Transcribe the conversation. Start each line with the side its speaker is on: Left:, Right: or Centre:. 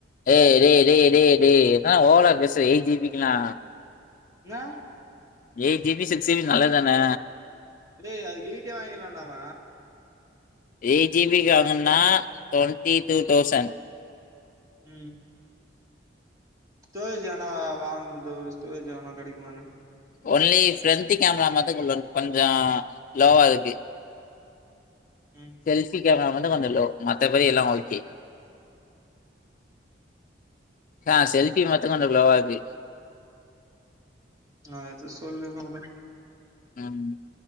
Left: ஏய் டே டே டே டேய் என்னா ஓவரா பேசுற எயிட் ஜி பிக்கலா
Right: நா
Left: eight G B six G B நல்லது தானே
Right: அடேய் அதுக்கு எய்ட்டே வாங்கிலான்டா அவ
Left: எயிட் ஜி பி க்கு வாங்கனா டுவெண்ட்டி டூ தௌசண்
Right: ம் ஸ்டோரேஜ் ஆனா வாங்குபோது ஸ்டோரேஜ் ஆனா கெடைக்குமா என்ன
Left: ஒன்லி ஃப்ரண்ட்டு கேமரா மத்து <unintelligible> கொஞ்சோ லோவா இருக்கு
Right: ம்
Left: செல்ஃபி கேமரா மட்டு கொஞ்சோ லோ மத்தபடி எல்லா ஓகே ஆ
Right: ம்
Left: செல்ஃபி மத்து கொஞ்சோ லோவா இருக்கு
Right: நா எது சொல்லுங்க வுடு
Left: அம்